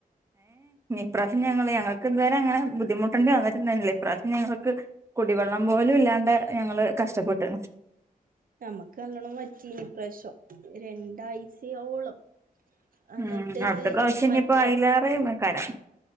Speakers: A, on the right; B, on the right.
A: ഇഈ്രാവശ്യ ഞങ്ങ ങ്ങൾക്ക് ഇതുവരെ അങ്ങനെ ബുദ്ധിമുട്ടേണ്ടി വന്നിട്ടുണ്ടായിുന്നില്ല ഇപാവശ്യം ഞങ്ങൾ കുടിവെള്ളം പോലും ഇല്ലാണ്ട് ഞങ്ങള് കഷ്ടപ്പെട്ടു
B: നമക്ക് നല്ലോണം പറ്റീനി പ്രശ്നം രണ്ടാഴ്ചയോളം എന്നിട്ട്
A: ഉം അവിടു പ്രാവശ്യം
B: മറ്റേ
A: ഇനിയിപ്പോ ആയില്ലാറെ മ കരം